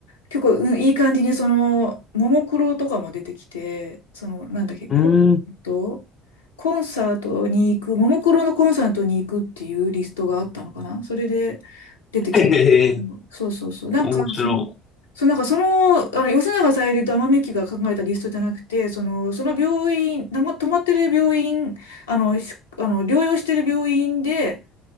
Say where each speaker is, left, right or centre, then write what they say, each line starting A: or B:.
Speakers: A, on the left; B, on the left.
A: 結構、うんいい感じに、その、ももクロとかも出てきて、その、なんだっけ、コント、
B: うーん、
A: コンサートに行く、ももクロのコンサートに行くっていうリストがあったのかなそれで出てきたんだけど。
B: <laughs> ええ、
A: そうそうそう。なんか、
B: 面白
A: その、そう、なんかその、あの吉永小百合と天海祐希が考えたリストじゃなくて、その、その病院、なま泊まってる病院、あの、しあの療養してる病院で、